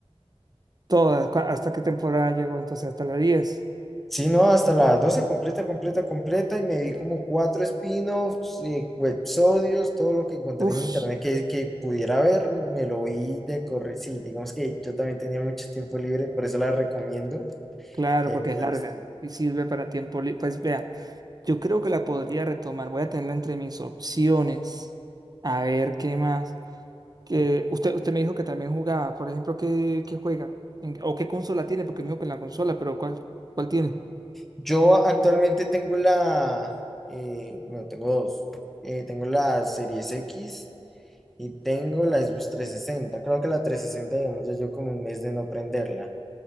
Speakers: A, on the right; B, in the centre.
A: Todas, cua- ¿hasta qué temporada llegó? Entonces, hasta la diez
B: Sí, no, hasta la 12 completa, completa, completa, y me vi como cuatro spin-offs, eh, websodios, todo lo que encontré
A: Uf,
B: en internet que, que pudiera ver, me lo vi de correr. Sí, digamos que yo también tenía mucho tiempo libre, por eso la recomiendo.
A: claro,
B: eh,
A: porque
B: pero
A: es larga
B: sí.
A: y sirve para tiempo libre. Pues vea, yo creo que la podría retomar. Voy a tenerla entre mis opciones. A ver, ¿qué más? Que usted, usted me dijo que también jugaba. Por ejemplo, ¿qué, qué juega? En- ¿O qué consola tiene? Porque me dijo que en la consola, pero ¿cuál, cuál tiene?
B: Yo actualmente tengo la, eh, bueno, tengo dos. Eh, tengo la Series X y tengo la Xbox 360. Creo que la 360, digamos, ya yo como un mes de no prenderla.